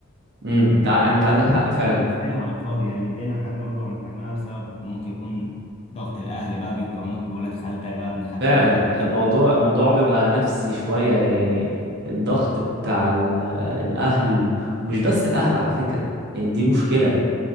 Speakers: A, on the right; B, on the left.
A: امم ده انت عندك حق
B: بس
A: فعلا
B: احنا نفخينها على الفاضي يعني مدينا حجم اكبر من حجمها بسبب ممكن يكون ضغط الاهل بقى بيقارنوك بولاد خالتك بقى ابن خالتك
A: فعلا
B: دخل كليه
A: الموضوع الموضوع بيبقى نفسي شوية يعني الضغط بتاع ال- الأهل ومش بس الأهل على فكرة يعني دي مشكلة